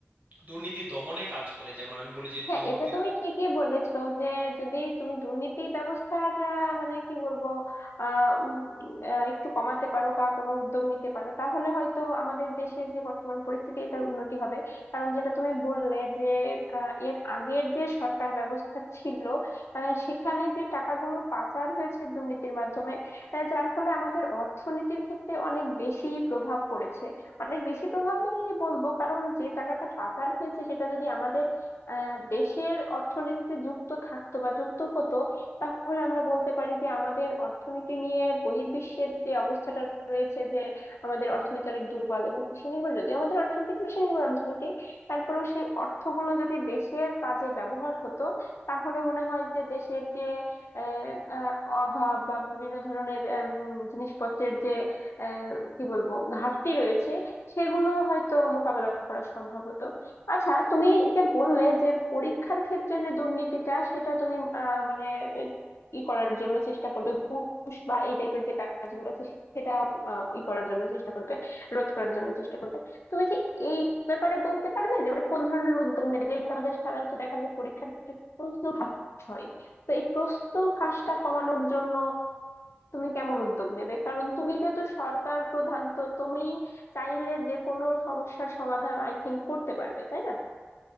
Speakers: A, on the right; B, on the left.
A: দুর্নীতি দমনে কাজ করে যেমন আমি বলি যে
B: হ্যাঁ
A: দুর্নীতি
B: এটা তুমি ঠিকই বলেছো যে যদি তুমি দুর্নীতি ব্যবস্থার আহ, মানে কি বলবো আহ, উম, আহ, একটু কমাতে পারো বা কোনো উদ্যোগ নিতে পারো তাহলে হয়তো আমাদের দেশের যে বর্তমান পরিস্থিতি এটার উন্নতি হবে কারণ যেটা তুমি বললে যে আহ, এর আগের যে সরকার ব্যবস্থা ছিল আহ, সেখানে যে টাকাগুলো পাচার হয়েছে দুর্নীতির মাধ্যমে আহ, যার ফলে আমাদের অর্থনীতির ক্ষেত্রে অনেক বেশি প্রভাব পড়েছে অনেক বেশি প্রভাবই বলবো কারণ যে টাকাটা পাচার হয়েছে সেটা যদি আমাদের আহ দেশের অর্থনীতিতে যুক্ত থাকতো বা যুক্ত হতো তাহলে আমরা বলতে পারি যে আমাদের অর্থনীতি নিয়ে বহির্বিশ্বের যে অবস্থাটা রয়েছে যে আমাদের অর্থনীতি অনেক দুর্বল এবং কৃষি নির্ভর যদিও আমাদের অর্থনীতি কৃষি নির্ভর অর্থনীতি তারপরেও সেই অর্থগুলো যদি দেশের কাজে ব্যবহার হতো তাহলে মনে হয় যে দেশের যে আহ, আহ, অভাব বা বিভিন্ন ধরনের উম, জিনিসপত্রের যে আহ, কি বলবো ঘাটতি রয়েছে সেগুলো হয়তো মোকাবেলা করা সম্ভব হতো আচ্ছা তুমি যে বললে যে পরীক্ষার ক্ষেত্রে যে দুর্নীতিটা সেটা তুমি আহ, মানে এ- ই করার জন্য চেষ্টা করবে ঘুষ বা এই টাইপের যে কাজগুলো আছে সেটা আহ, ই করার জন্য চেষ্টা করবে রোধ করার জন্য চেষ্টা করবে তুমি কি এই ব্যাপারে বলতে পারবে যে মানে কোন ধরনের উদ্যোগ নেবে যেগুলো আমাদের সাধারণত দেখা যায় পরীক্ষার ক্ষেত্রে প্রশ্ন ফাঁস হয় তো এই প্রশ্ন ফাঁসটা কমানোর জন্য তুমি কেমন উদ্যোগ নেবে কারণ তুমি যেহেতু সরকার প্রধান তো তুমি চাইলে যে কোনো সমস্যার সমাধান আই থিঙ্ক করতে পারবে তাই না